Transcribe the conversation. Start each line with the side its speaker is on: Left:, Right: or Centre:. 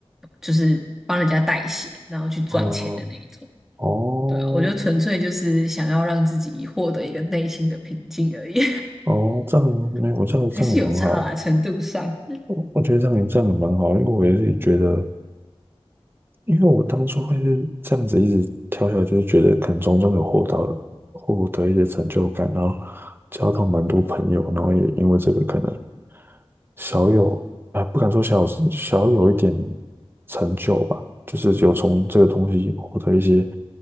Centre: 就是帮人家代写，然后去赚钱的那一种。
Right: 哦哦
Centre: 对啊，我就纯粹就是想要让自己获得一个内心的平静而已，
Right: 哦，这样没有，
Centre: <laughs>
Right: 这样这样也很好，
Centre: 还是有差啦，程度上。
Right: 我我觉得这样也这样也蛮好，因为我也是觉得。因为我当初会是这样子一直跳下来，就是觉得可能从中有获到获得一些成就感，然后交到蛮多朋友，然后也因为这个可能小有啊，不敢说小有小有一点成就吧，就是有从这个东西获得一些